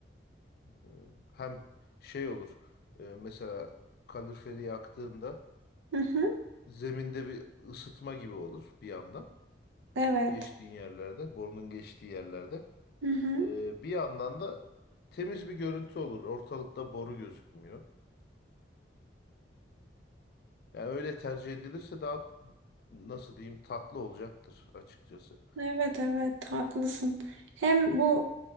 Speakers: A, on the left; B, on the right.
A: Ee, hem şey olur. e, mesela kaloriferi yaktığında
B: hı hı,
A: zeminde bir ısıtma gibi olur bir yandan.
B: evet.
A: Geçtiğin yerlerde, borunun geçtiği yerlerde.
B: Hı hı.
A: Ee, bir yandan da temiz bir görüntü olur. Ortalıkta boru gözükmüyor. Yani öyle tercih edilirse daha nasıl diyeyim tatlı olacaktır açıkçası.
B: Evet evet haklısın. Hem bu